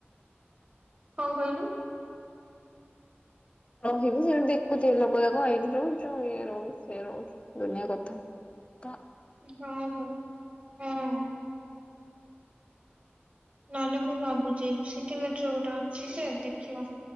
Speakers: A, on the right; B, on the left.
A: କଣ କହିଲୁ?
B: ରହିବୁ ସେମିତି ଦେଖୁଥିବେ ଲୋକ ଯାକ ଏଇଠି ରହୁଛୁ। ଇଏ ରହୁଛୁ ସେ ରହୁଛିୁ ଦୁନିଆ କଥା। ତା
A: ହଁ ପରା। ହଁ ନହେଲେ ମୁଁ ଭାବୁଛି ସିଟି ମେଟ୍ରୋ ଗୋଟେ ଅଛି ଯେ ଦେଖିବା।